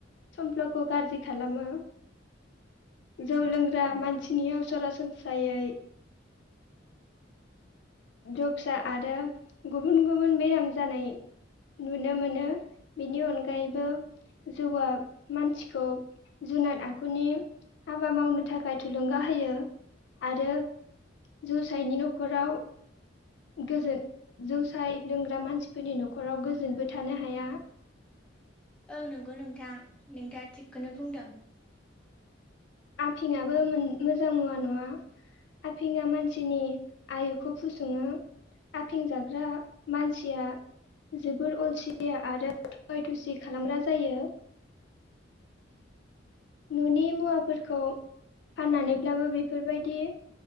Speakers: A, on the left; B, in the centre.
A: समफ्ल'खौ गाज्रि खालामो जौ लोंग्रा मानसिनियाव सरासनस्रायै जक्सा आरो गुबुन गुबुन बेराम जानाय नुनो मोनो बेनि अनगायैबो जौआ मानसिखौ जुनाद आखुनि हाबा मावनो थाखाय थुलुंगा होयो आरो जौसायनि न'खराव गोजोन जौसाय लोंग्रा मानसि फोरनि न'खराव गोजोनबो थानो हाया
B: ओं नंगौ नोंथां नोंथाङा थिगखौनो बुंदों
A: आफिंबो मोजां मुवा नङा आफिं मानसिनि आयुखौ फुसङो आफिं जाग्रा मानसिया जोबोर अलसिया आरो थगाय थुसि खालामग्रा जायो न'नि मुवा खौ फाननानैब्लाबो बेफोरबायदि